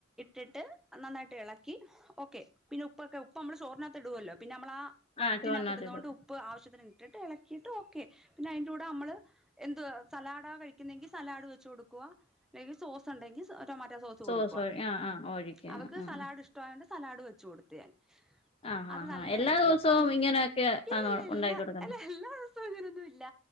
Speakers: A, in the centre; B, on the left.
A: ട്ട് നന്നായിട്ട് ഇളക്കി ഓക്കെ പിന്നെ ഉപ്പൊക്കെ ഉപ്പ് നമ്മള് സ്ർണ്ണകത്ത് ഇടുല്ലോ പിന്നെ നമ്മ വഴറ്റിനകത്ത്
B: ആഹ് ചോറിനകത്ത്
A: ഇടുന്ന
B: ഇടും
A: കൊണ്ട് ഉപ്പ് ആവശ്യത്തിന് ഇട്ടിട്ട് ഇളക്കിയിട്ട് ഓക്കെ പിന്നെ അതിന്റെ കൂടെ നമ്മള് എന്ത്തു സലാഡാ കഴിക്കുന്നെങ്കിൽ സലാഡ് വെച്ച് കൊടുക്കുക അല്ലെങ്കിൽ സോസ് ഉണ്ടെങ്കിൽ സോ
B: സോസ്
A: കൊടുക്കുവ
B: ഒഴി ആഹ് ആഹ് ഒഴിക്ക
A: അവക്ക്
B: ആഹ്
A: സലാഡ് ഇഷ്ടയോണ്ട് സലാഡ് വെച്ച് കൊടുത്ത ാൻ
B: ആഹ്
A: അത്
B: ആഹ് ആഹ്
A: നല്ല
B: ആഹ് എല്ലാ
A: ആായിരിക്കും
B: ദിവസവും
A: അപ്പം
B: ഇങ്ങനെയൊക്കെ
A: ഇല്ലല്ല
B: ആണോ
A: ഇല്ല
B: ഉണ്ടാക്കി കൊടുക്കുന്നെ
A: അല്ല എല്ലാ അങ്ങനൊന്ന ഇല്ല